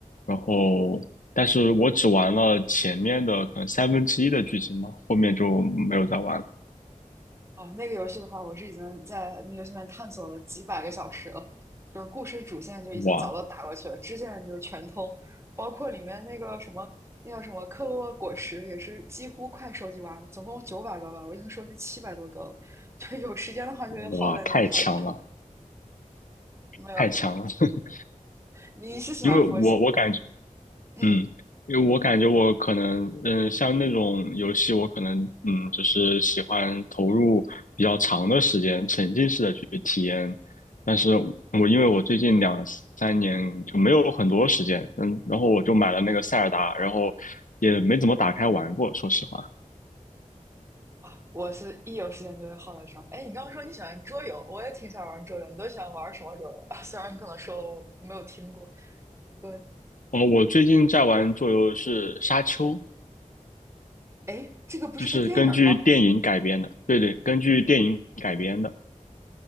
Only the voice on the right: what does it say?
哦，那个游戏的话，我是已经在那个游戏里面探索了几百个小时了，就是故事主线就已经早都打过去了，
支线就是全通，包括里面那个什么，那叫什么克洛沃果实，也是几乎快收集完了，总共九百个吧，我已经收集七百多个了，就是有时间的话就会耗在那个上面。
没有你，
你是喜欢佛系？
嗯
啊，我是一有时间就会耗在上面。哎，你刚刚说你喜欢桌游，我也挺喜欢玩桌游，你都喜欢玩什么桌游？<laughs> 啊虽然你可能说了我没有听过，不过。
哎，这个不是个电影儿吗？